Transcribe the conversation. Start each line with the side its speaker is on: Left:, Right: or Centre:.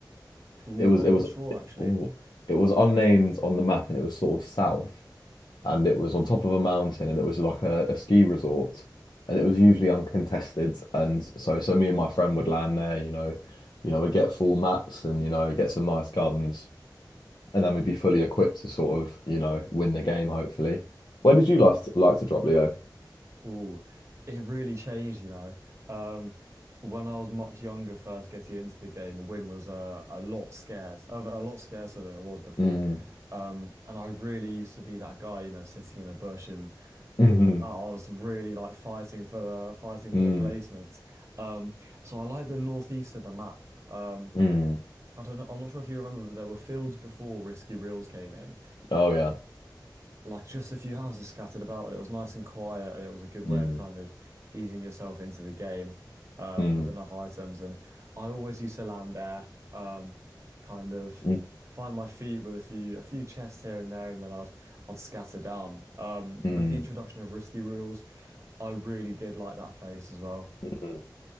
Right: Ooh,
Left: It was
Right: I'm
Left: it was
Right: not sure actually.
Left: oh, it was unnamed on the map and it was sort of south and it was on top of a mountain and it was like a, a ski resort and it was usually uncontested and so so me and my friend would land there you know you know we'd get full mats and you know get some nice guns and then we'd be fully equipped to sort of you know win the game hopefully where did you last like to drop Leo
Right: Ooh, it really changed, you know. Um, when I was much younger, first getting into the game, a win was uh, a lot scarce, a a lot scarcer than it was before.
Left: mm,
Right: Um, and I really used to be that guy, you know, sitting in a bush and
Left: <laughs> mm,
Right: I was really like fighting for the fighting
Left: mm,
Right: for the placements. Um, so I like the northeast of the map. Uh,
Left: mm.
Right: I don't know. I'm not sure if you remember, but there were fields before Risky Reels came in,
Left: oh yeah
Right: like just a few houses scattered about, and it was nice and quiet, and it was a good way
Left: mm,
Right: of kind of easing yourself into the game um,
Left: mm,
Right: with enough items. And I always used to land there, um, kind of
Left: mm,
Right: find my feet with a few a few chests here and there, and then I'd I'd scatter down. Um,
Left: mm,
Right: with the introduction of risky rules, I really did like that place as well.
Left: mm.